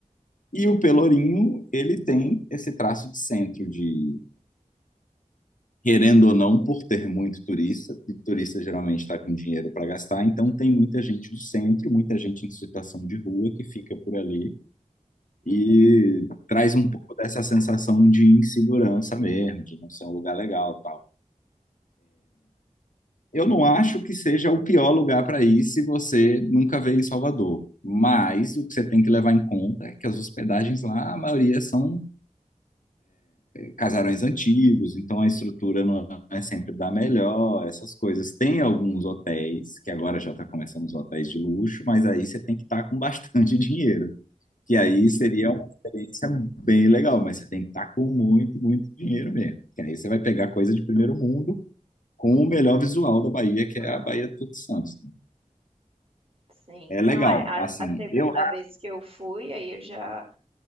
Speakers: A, on the left (about 75°); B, on the right (about 45°).
A: E o Pelourinho, ele tem esse traço de centro, de querendo ou não, por ter muito turista, e turista geralmente está com dinheiro para gastar, então tem muita gente do centro, muita gente em situação de rua que fica por ali
B: uhum.
A: e traz um pouco dessa sensação de insegurança mesmo, de não ser um lugar legal, e tal. Eu não acho que seja o pior lugar para ir se você nunca veio em Salvador. Mas o que você tem que levar em conta é que as hospedagens lá, a maioria são casarões antigos, então a estrutura não é sempre da melhor, essas coisas. Tem alguns hotéis, que agora já está começando os hotéis de luxo, mas aí você tem que estar com bastante <laughs> dinheiro. Que aí seria uma experiência bem legal, mas você tem que estar com muito, muito dinheiro mesmo. Que aí você vai pegar coisa de primeiro mundo com o melhor visual da Bahia, que
B: Ah,
A: é a Bahia de Todos Santos.
B: sim.
A: É legal,
B: Não, é, a,
A: assim,
B: a segunda
A: eu
B: vez que eu fui, aí eu já,